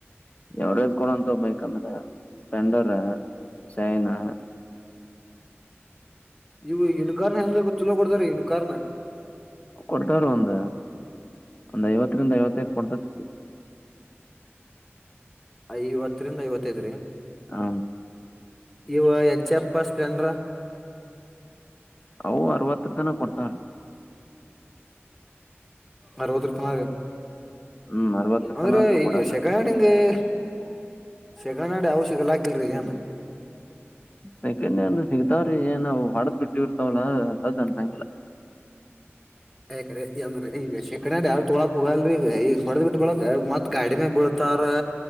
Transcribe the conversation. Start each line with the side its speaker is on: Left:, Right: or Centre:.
Left: ಯರೇದ್ ಕೊಡೋಂಂತ ಬೈಕ್ ಅಂದ್ರೆ ಸ್ಪ್ಲೆಂಡರ್ ಚೈನಾ
Centre: ಇವು ಯನು ಕಾರ್ನ್ ಹೆಂಗಬೇಕು ಚಲೋ ಕೊಡ್ತಾರ ಇನು ಕಾರಾರ್ನ್
Left: ಕೊಡ್ತವ್ರೀ ಒಂದ ಒಂದ್ ಐವತ್ತರಿಂದ ಐವತ್ತೈಕ ಕೊಡ್ತತಿೀ
Centre: ಐವತ್ತರಿಂದ ಐವತ್ತೈದ್ರೀ
Left: ಹ
Centre: ಇವ ಹೆಚ್ ಎಪ್ಪ ಸ್ಪ್ಲೆಂಡ್ರ
Left: ಅವು ಅರವತ್ತರ ತನ ಕೊಡ್ತಾರಿ
Centre: ಅರವತ್ತುರ ತನ ರಿ
Left: ಹ್ಮ್ ಅರವತ್ತರ
Centre: ಅಂದ್ರೆ
Left: ತನ ಅಂತ್ರು
Centre: ಈಗ
Left: ಕೊಡತಾರ
Centre: ಶಖಾಯಣಂಗೆ ಶ ಸೆಕೆಂಡ್ ಹ್ಯಾಂಡ್ ಯಾವು ಸಿಗಲಾಕಿಲ್ಲ ರಿ ಈಗ ಏನೂ
Left: ಸೆಕೆಂಡ್ ಇರ್ ಸಿಗ್ತಾವ್ರಿ ಏನ್ವು ಹೊಡದ್ ಬಿಟ್ಟಿ ಇರ್ತಾವಲ್ಲ ಸ ಜಂಟಂಗಲ್ಲ
Centre: ಯಏಕ್ರ ಅಏ್ರ ಈಗ ಶಕ್ಕಣ ಅ ಯ್ರ ತೊಳಕ್ ಹೋಗಲ್ರಿ ಈಗ ಹೊಡದ್ ಬಿಟ್ಟ ಬಳಕ್ ಮತ್ ಗಾಡಿ ಮೇ ಬೀಳ್ತಾರ